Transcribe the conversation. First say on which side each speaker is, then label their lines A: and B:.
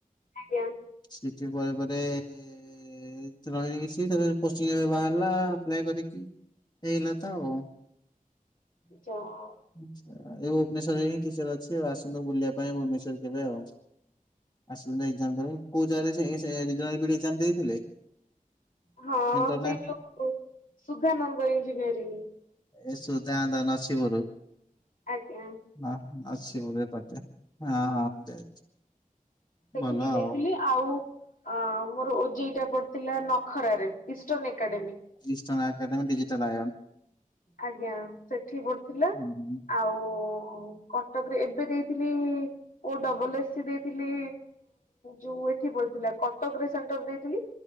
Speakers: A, on the left (about 70°); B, on the left (about 30°).
A: ଆଜ୍ଞା।
B: ସିଟି ପରେ ପରେ ଏ-ଏ-ଏ <unintelligible> ତାପରେ ପୋଷ୍ଟିଙ୍ଗ୍ ବାହାରିଲା ଆପ୍ଲାଏ କରିକି ହେଇଗଲା ତ ଆଉ କଣ।
A: ଯାଆ
B: ଆଛା ଏ ଭୁବନେଶ୍ଵରେ ହିଁ ଟିଚର୍ ଅଛି ଆଉ ଆସନ୍ତୁ ବୁଲିବା ପାଇଁ ଭୁବନେଶ୍ଵର କେବେ ଆଉ। ଆସାନ୍ତ କୋଉ ଜାଗାରେ ଦେଇଥିଲେ <inaudible>
A: ହଁ
B: ସେଣ୍ଟର
A: ସେଇ
B: ନା
A: ଯଉ ସୁଧାନନ୍ଦ ଇଞ୍ଜିନିୟରି।
B: ଏୁ ଯାଦ ନଛିିବରୁ <unintelligible>
A: ଆଜ୍ଞା।
B: ହ ଆଛି ବେ ପାଟେ ହଁ ହଁ ଯାଇ <unintelligible>
A: ସେଠିକି
B: ଭଲ
A: ଯାଇଥିଲି।
B: ଆଉ
A: ଆଉ ଆ ମୋର ଓଜେଇଟା ପଡିଥିଲା ନଖରାରେ ଇଷ୍ଟର୍ଣ୍ଣ ଏକାଡେମୀ।
B: ଇଷ୍ଟର୍ଣ୍ଣ ଆକାଡେମୀ ଡିଜିଟାଲଆଇଆମ୍।
A: ଆଜ୍ଞା ସେଠି ପଡଥିଲା
B: ହୁଁ ହୁଁ।
A: ଆଉ। କଟକରେ ଏବେ ଦେଇଥିଲି। ଓ ଡବଲ ଏସ୍ ସି ଦେଇଥିଲି ଯୋଉ ଏଠି ପଡଥିଲା କଟକରେ ସେଣ୍ଟର ଦେଇଥିଲି।